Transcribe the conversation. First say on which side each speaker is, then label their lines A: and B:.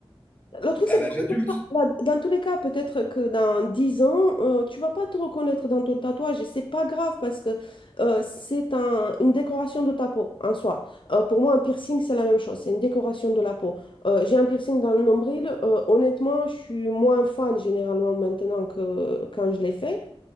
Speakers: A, on the left; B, on the left.
A: Le truc,
B: à
A: c'est
B: l'âge
A: que
B: adulte.
A: dans tous les cas, dans tous les cas, peut-être que dans 10 ans, euh, tu vas pas te reconnaître dans ton tatouage et c'est pas grave parce que euh, c'est un- une décoration de ta peau en soi. Euh, pour moi, un piercing, c'est la même chose, c'est une décoration de la peau. Euh, j'ai un piercing dans le nombril, euh, honnêtement, je suis moins fan généralement maintenant que quand je l'ai fait,